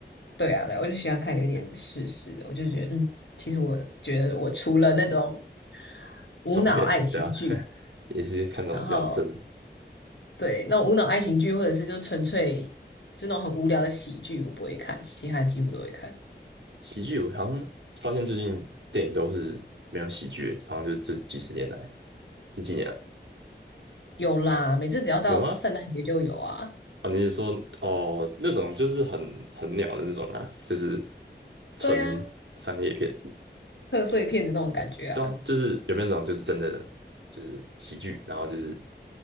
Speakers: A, on the left; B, on the right.
A: 对啊，对啊我就喜欢看有点事实的，我就觉得，嗯，其实我觉得我除了那种
B: 爽片对吧？
A: 无脑爱情剧，
B: <laughs> 也是看这种比较深的
A: 然后对那种无脑爱情剧，或者是就纯粹就那种很无聊的喜剧，我不会看，其他几乎都会看。
B: 喜剧。我好像发现最近电影都是没有喜剧，好像就这几十年来，这几年了
A: 有啦，每次只要到圣诞节就有啊，
B: 有吗？哦，你是说哦那种就是很很鸟的那种啊，就是纯商业片。
A: 对啊，贺岁片的那种感觉啊，
B: 对啊，就是有没有那种就是真的就是喜剧，然后就是